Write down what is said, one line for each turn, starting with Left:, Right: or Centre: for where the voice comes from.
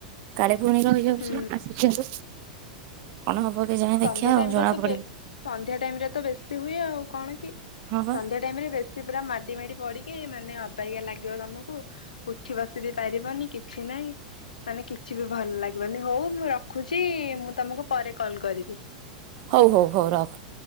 Right: କାଳେ ଫୁଣି ରହିଯାଉଛି
Left: ହୁଁ
Right: <unintelligible> କଣ ହବ କେଜାଣି
Left: ସନ୍ଧ୍ୟା
Right: ଦେଖିଆ ଆଉ
Left: ଟାଇମ
Right: ଜଣା
Left: ରେ ତ ବେ
Right: ପଡିବ
Left: ସନ୍ଧ୍ୟା ଟାଇମ ରେ ତ ବେଶୀ ହୁଏ ଆଉ କଣ କି
Right: ହଁ ବା
Left: ସନ୍ଧ୍ୟା ଟାଇମ ରେ ବେଶୀ ପୁରା ମାଡି ମାଡି ପଡିକି ମାନେ ଅବାଗିଆ ଲାଗିବ ତମୁକୁ ଉଠି ବସି ବି ପାରିବନି କିଛି ନାଇଁ। ମାନେ କିଛି ବି ଭଲ ଲାଗିବନି ହୋଉ ମୁଁ ରଖୁଛି ମୁଁ ତମୁକୁ ପରେ କଲ କରିବି।
Right: ହୋଉ ହୋଉ ହୋଉ ରଖ।